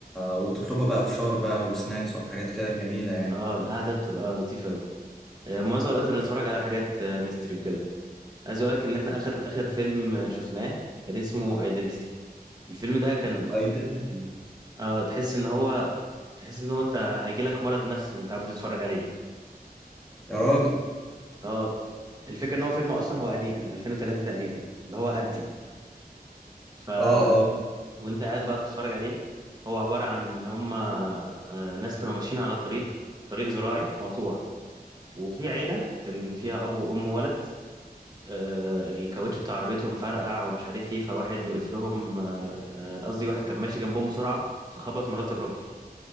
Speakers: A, in the centre; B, on the right.
A: وتطلبوا بقى فشار بقى وسناكس وحاجات كده جميلة يعني
B: اه القعده بتبقى لطيفه قوي آه، معظم الوقت اللي بنتفرج على حاجات آه، ميستري وكده عايز اقول لك ان احنا اخر اخر فيلم آه، شفناه كان اسمه ايدنتيتي الفيلم ده كان
A: ايدنتي
B: اه تحس ان هو تحس ان هو انت هيجي لك مرض نفسي وانت قاعد بتتفرج عليه
A: يا راجل
B: اه الفكره ان هو فيلم اصلا هو قديم من 2003 تقريبا اللي هو قدي ف
A: اه اه
B: وانت قاعد بقى بتتفرج عليه هو عباره عن ان هم آه، ناس كانوا ماشيين على طريق طريق زراعي مقطوع وفي عيله كان فيها اب وام وولد آه، الكاوتش بتاع عربيتهم فرقع ومش عارف ايه فواحد وقف لهم آه، آه، قصدي واحد كان ماشي جنبهم بسرعة فخبط مرات الراجل